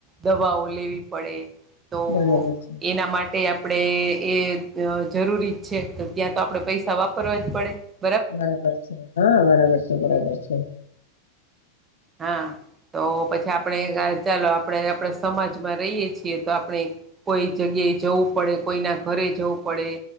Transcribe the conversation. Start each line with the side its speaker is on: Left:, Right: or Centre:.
Right: દવાઓ લેવી પડે તો
Left: બરાબર બરાબર છે
Right: એના માટે આપ- - આપણે એ જરૂરી જ છે તો ત્યાં તો આપણે પૈસા વાપરવા જ પડે
Left: બરાબર છે હા બરાબર છે બરાબર છે.
Right: હા તો પછી આપણે ચાલો આપણે આપણે સમાજમાં રહીએ છીએ તો આપણે- - કોઈ જગ્યાએ જવું પડે કોઈના ઘરે જવું પડે